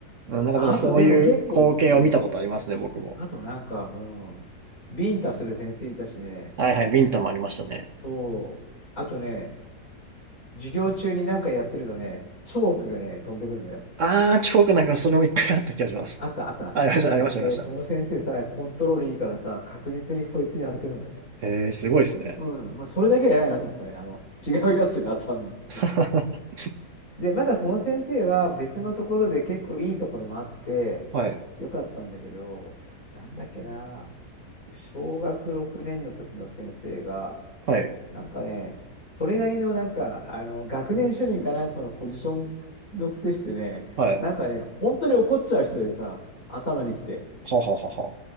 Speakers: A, on the right; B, on the left.
A: うんなんかでもそういう光景は見たことありますね、
B: あと、でも結構、うん。
A: 僕も。
B: あとなんか、うん。ビンタする先生いたしね、
A: はいはい、ビンタもありましたね。
B: そう。あとね、授業中になんかやってるとね、チョークがね、飛んでくるのよ。
A: ああ、超くなんかそれも一回あった気がします。
B: あったあった、
A: あありました、
B: チョークで、
A: ありました、ありました。
B: その先生さ、コントロールいいからさ、確実にそいつに当てるのね。
A: ええー、すごいですね。
B: うん、まあ、それだけは偉いなと思ったね。あの、違うやつに当たんないっていう
A: <laughs>
B: で、まだその先生は別のところで結構いいところもあって、
A: はい、
B: よかったんだけど、なんだっけな、小学6年の時の先生が、
A: はい、
B: なんかね、それなりのなんか、あの、学年主任かなんかのポジションの癖してね、
A: はい。
B: なんかね、本当に怒っちゃう人でさ、頭にきて。
A: はははは。